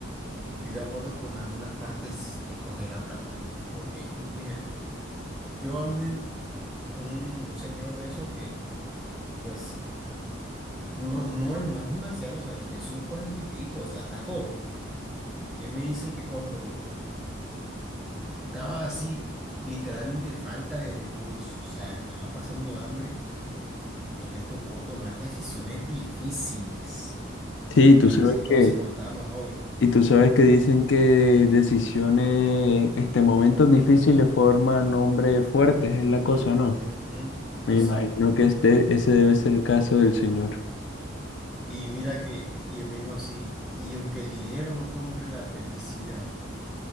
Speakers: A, in the centre; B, on the left.
A: estoy de acuerdo con algunas partes, escoger la plata, porque mira, yo a mí, un señor de esos que, pues, No, no, es- no es un anciano, o sea, tiene sus cuarenta y pico, o sea, está joven. Él me dice que cuando estaba así, literalmente falta de recursos, o sea, estaba pasando hambre, él le tocó tomar decisiones difíciles
B: Sí, tú
A: en
B: sabes
A: ese entonces
B: que,
A: cuando estaba más joven.
B: y tú sabes que dicen que decisiones, este, momentos difíciles forman hombres fuertes, es la cosa, ¿no?
A: Ujú, exacto.
B: Me imagino que este, ese debe ser el caso del señor.
A: Y mira que, y él me dijo así, y aunque el dinero no compre la felicidad,